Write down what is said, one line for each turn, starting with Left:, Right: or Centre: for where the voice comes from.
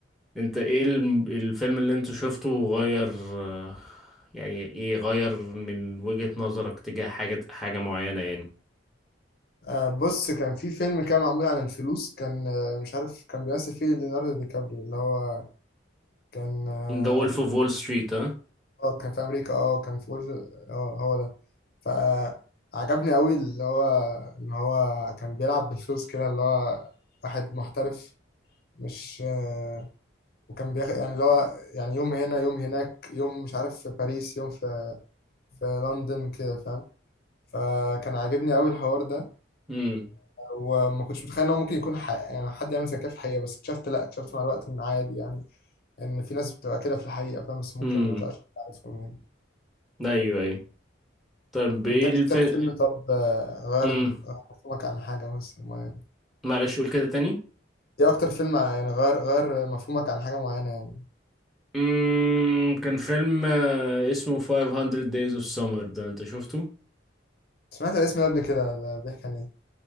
Centre: أنت إيه الم- الفيلم اللي أنت شفته غير آه، يعني إيه غير من وجهة نظرك تجاه حاجة حاجة معينة يعني
Left: آه بص كان في فيلم كان معمول عن الفلوس كان آه مش عارف كان بيمثل فيه ليوناردو دي كابريو اللي هو كان اه
Centre: The Wolf of Wall Street ها
Left: آه، كان في أمريكا اه كان في أولف... اه هو ده فعجبني أوي اللي هو إن هو كان بيلعب بالفلوس كده اللي هو واحد محترف مش آه وكان بياخد يعني اللي هو يعني يوم هنا يوم هناك يوم مش عارف في باريس يوم في في لندن كده فاهم فكان عاجبني أوي الحوار ده
Centre: امم
Left: وما كنتش متخيل ان هو ممكن يكون ح... يعني حد يعمل زي كده في الحقيقه بس اكتشفت لا اكتشفت مع الوقت ان عادي يعني ان في ناس بتبقى كده في الحقيقه فاهم بس ممكن
Centre: امم
Left: ما تبقاش عارفهم يعني
Centre: أيوه أيوه طب إيه
Left: انت إيه
Centre: الفيلم
Left: اكتر فيلم طب آه، غير
Centre: امم
Left: غير مفهومك عن حاجه مثلا معينه
Centre: معلش قول كده تاني
Left: ايه اكتر فيلم يعني غير غير مفهومك عن حاجه معينه يعني
Centre: امم كان فيلم آه، اسمه 500 Days of Summer ده أنت شفته؟
Left: سمعت الاسم ده قبل كده ده بيحكي عن ايه